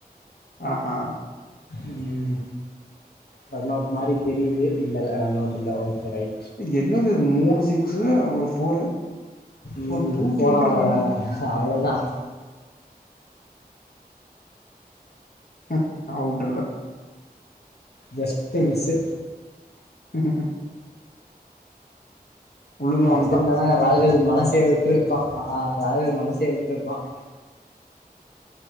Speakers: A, on the left; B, on the left.
A: ஆஹா
B: உம் ரன் அவுட் மாரி தெரியுது இல்லல ரன் அவுட் இல்ல ஓக் ரைட்
A: என்னது மூணு சிக்ஸு ஒரு போரு சும்மா
B: ம்
A: தூக்கி
B: போன
A: விட்ருக்கானுங்க
B: ஓவரா அவ்வளவுதான்
A: ம் அவுட்டு இல்ல
B: ஜஸ்ட் மிஸ்ஸு
A: <inaudible> உள்ளுக்குள்ள
B: அடிச்சுருந்தானா
A: வந்ட்டா
B: ராகுல்
A: ரீச்டு
B: மனசே விட் விட்ருப்பான் ஆ ராகுல் மனசே விட்ருப்பான்